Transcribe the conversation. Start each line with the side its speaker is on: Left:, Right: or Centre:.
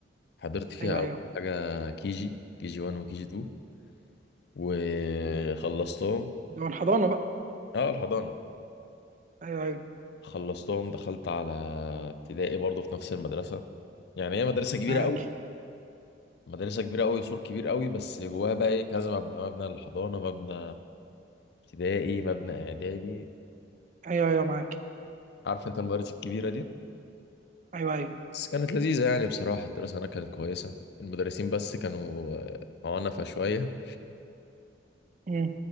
Left: حضرت فيها
Right: ايوه
Left: أول
Right: ايوه
Left: حاجة كيجي كيجي 1 وكيجي 2 وخلصتهم
Right: ده من الحضانه بقى
Left: اه الحضانة
Right: ايوه ايوه
Left: خلصتهم دخلت على ابتدائي برضو في نفس المدرسة يعني هي مدرسة كبيرة
Right: معاك
Left: قوي مدرسة كبيرة قوي سور كبير قوي بس جواها بقى ايه كذا مبنى مبنى للحضانة مبنى ابتدائي مبنى اعدادي
Right: ايوه ايوه معاك
Left: عارف انت المدارس الكبيرة دي
Right: ايوه ايوه
Left: بس كانت لذيذة يعني بصراحة الدراسة هناك كانت كويسة المدرسين بس كانوا آه، عنفة شوية
Right: امم